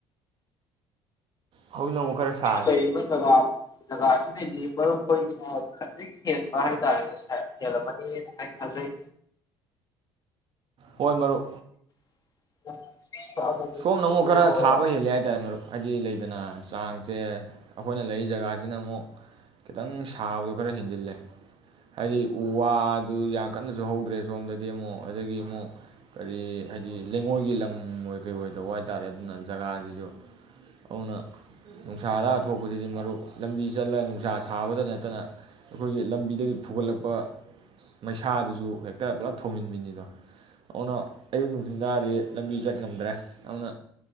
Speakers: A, on the right; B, on the left.
A: ꯍꯧꯖꯤꯛꯅ ꯑꯃꯨꯛ ꯈꯔ ꯁꯥꯔꯦ
B: ꯑꯩꯈꯣꯏꯅ ꯂꯩꯔꯤꯕ ꯖꯒꯥ ꯖꯒꯥꯁꯤꯅꯅꯤ ꯃꯔꯨꯞ ꯑꯩꯈꯣꯏꯒꯤꯅ ꯈꯖꯤꯛ ꯍꯦꯟꯕ ꯍꯥꯏꯇꯥꯔꯦꯅꯦ ꯍꯦꯜꯂꯝꯃꯅꯤꯅ ꯑꯩꯅ ꯈꯖꯩ
A: ꯍꯣꯏ ꯃꯔꯨ
B: <inaudible> ꯃꯨꯛ
A: ꯁꯣꯝꯅ
B: ꯆꯨꯕ
A: ꯑꯃꯨꯛ ꯈꯔ
B: ꯌꯥꯎꯋꯦꯕ
A: ꯁꯥꯕ ꯍꯦꯜꯂꯦ ꯍꯥꯏꯇꯥꯔꯦ ꯃꯔꯨꯞ ꯍꯥꯏꯗꯤ ꯂꯩ ꯑꯗꯨꯅ ꯆꯥꯡꯁꯦ ꯑꯩꯈꯣꯏꯅ ꯂꯩꯔꯤ ꯖꯒꯥꯁꯤꯅ ꯑꯃꯨꯛ ꯈꯤꯇꯪ ꯁꯥꯕꯗꯣ ꯈꯔ ꯍꯦꯟꯖꯤꯜꯂꯦ ꯍꯥꯏꯗꯤ ꯎ ꯋꯥꯗꯨ ꯌꯥꯝ ꯀꯟꯅꯁꯨ ꯍꯧꯗ꯭ꯔꯦ ꯁꯣꯝꯗꯗꯤ ꯑꯃꯨꯛ ꯑꯗꯒꯤ ꯑꯃꯨꯛ ꯀꯔꯤ ꯍꯥꯏꯗꯤ ꯂꯩꯉꯣꯏꯒꯤ ꯂꯝ ꯑꯣꯏꯣꯏ ꯀꯩ ꯑꯣꯏꯗꯧꯕ ꯍꯥꯏꯇꯥꯔꯦ ꯑꯗꯨꯅ ꯖꯒꯥꯁꯤꯁꯨ ꯑꯗꯨꯅ ꯅꯨꯡꯁꯥꯗꯥ ꯊꯣꯛꯄꯁꯤꯗꯤ ꯃꯔꯨꯞ ꯂꯝꯕꯤ ꯆꯠꯂꯒ ꯅꯨꯡꯁꯥ ꯁꯥꯕꯗ ꯅꯠꯇꯅ ꯑꯩꯈꯣꯏꯒꯤ ꯂꯝꯕꯤꯗꯒꯤ ꯐꯨꯒꯠꯂꯛꯄ ꯃꯩꯁꯥꯗꯨꯁꯨ ꯍꯦꯛꯇ ꯄꯨꯂꯞ ꯊꯧꯝꯃꯤꯟꯕꯤꯅꯤꯗꯣ ꯑꯗꯨꯅ ꯑꯌꯨꯛ ꯅꯨꯡꯊꯤꯟ ꯇꯥꯗꯤ ꯂꯝꯕꯤ ꯆꯠ ꯉꯝꯗ꯭ꯔꯦ ꯌꯥꯝꯅ